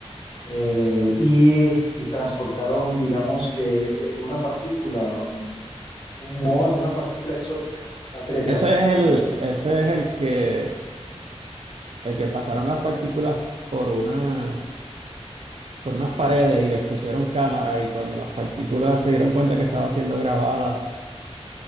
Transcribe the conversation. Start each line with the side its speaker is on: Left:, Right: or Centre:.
Left: Eh, y, y transportaron, digamos, que eh, una partícula, un, un muón, una partícula exótica, la teletransportaron.
Right: Ese es el, ese es el que, el que pasaron las partículas por unas, por unas paredes y les pusieron cámara y cuando las partículas se dieron cuenta que estaban siendo grabadas,